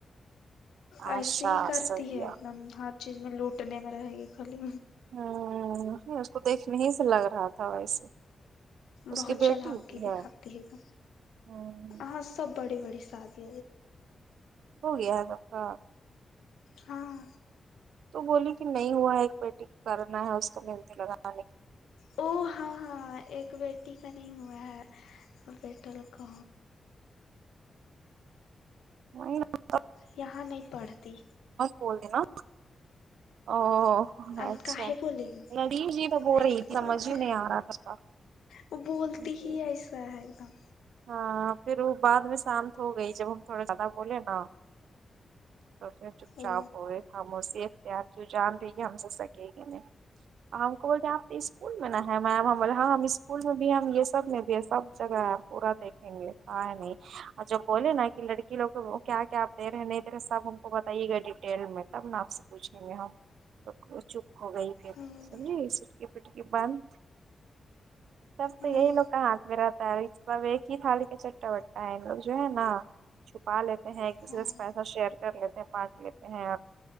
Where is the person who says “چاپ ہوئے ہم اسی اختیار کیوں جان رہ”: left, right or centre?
Right